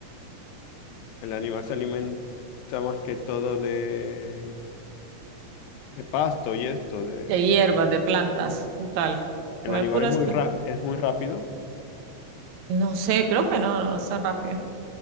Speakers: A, on the left; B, on the right.
A: El animal se alimenta más que todo de, de pasto y esto. De...
B: De hierbas, de plantas, total.
A: El
B: Come
A: animal
B: puras
A: es muy,
B: plantas.
A: ra- es muy rápido.
B: No sé, creo que no, no es tan rápido.